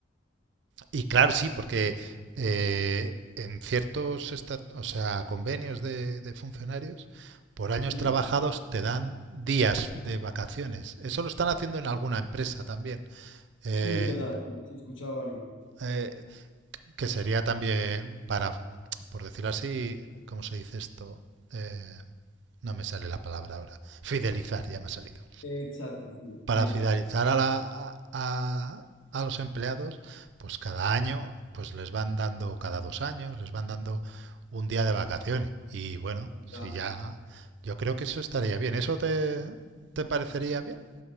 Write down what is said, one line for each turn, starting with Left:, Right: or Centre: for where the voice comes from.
Right: y claro, sí,
Left: Sí,
Right: porque eh, en ciertos esta- o sea, convenios de, de funcionarios, por años
Left: sí,
Right: trabajados te dan días de vacaciones. Eso lo están haciendo en alguna empresa también, Eh,
Left: sí, es verdad, se escuchaba algo.
Right: eh, que sería también para, por decirlo así, ¿cómo se dice esto? Eh, no me sale la palabra ahora. Fidelizar, ya me ha salido.
Left: Exacto, sí,
Right: para
Left: fidelizar.
Right: fidelizar a, la, a, a los empleados, pues cada año, pues les van dando, cada dos años, les van dando un día de vacaciones. Y bueno, si
Left: ya.
Right: ya, yo creo que eso estaría bien. ¿Eso te, te parecería bien?